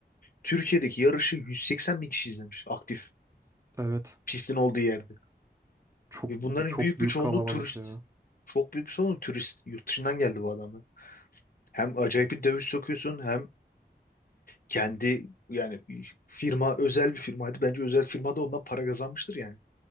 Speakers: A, on the left (about 55°); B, on the right (about 15°).
A: Türkiye'deki yarışı 180 bin kişi izlemiş aktif
B: Evet.
A: pistin olduğu yerde.
B: Çok
A: Ve bunların
B: çok
A: büyük
B: büyük
A: bir çoğunluğu
B: kalabalık
A: turist.
B: ya.
A: Çok büyük bir çoğunluğu turist. Yurt dışından geldi bu adamlar. Hem acayip bir döviz sokuyorsun hem kendi yani firma özel bir firmaydı. Bence özel firmada ondan para kazanmıştır yani.